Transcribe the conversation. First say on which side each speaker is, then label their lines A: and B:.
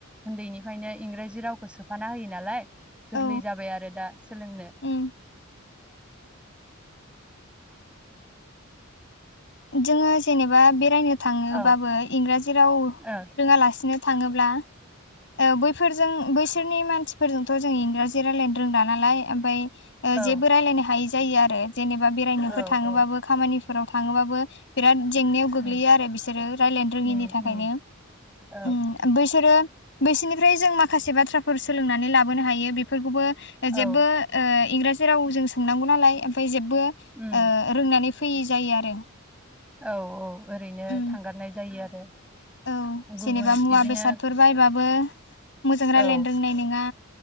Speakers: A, in the centre; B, on the left.
A: उन्दैनिफ्रायनो इंराजि रावखौ सोफाना होयो नालाय गोरलै
B: औ
A: जाबाय आरो दा सोलोंनो
B: उम जोङो जेनेबा बेरायनो थाङोबाबो
A: औ
B: इंराजि राव
A: औ
B: रोङालासिनो थाङोब्ला ओ बैफोर जों बैसोरनि मानसिफोरजोंथ' जों इंराजि रायलायनो रोंला नालाय ओमफाय ए
A: औ
B: जेबो रायलायनो हायै जायो आरो जेनेबा बेरायनोफोर
A: औ
B: थाङोबाबो
A: औ
B: खामानिफोराव थाङोबाबो बिराद जेंनायाव गोग्लैयो
A: उम
B: आरो बिसोरो रायलायनो रोङिनि
A: उम
B: थाखायनो
A: उम औ
B: ओम बैसोरो बैसिनिफ्राय जों माखासे बाथ्राफोर सोलोंनानै लाबोनो हायो बेफोरखौबो जेब्बो
A: औ
B: ओ इंराजि राव जों सोंनांगौ नालाय ओमफाय जेबो
A: उम
B: ओ रोंनानै फैयि जायो आरो
A: औ औ ओरैनो
B: उम
A: थांगारनाय जायो आरो
B: औ
A: गुबुन
B: जेनेबा मुवा
A: इदिनो
B: बेसादफोर बायबाबो मोजां रायलायनो
A: औ
B: रोंनाय नङा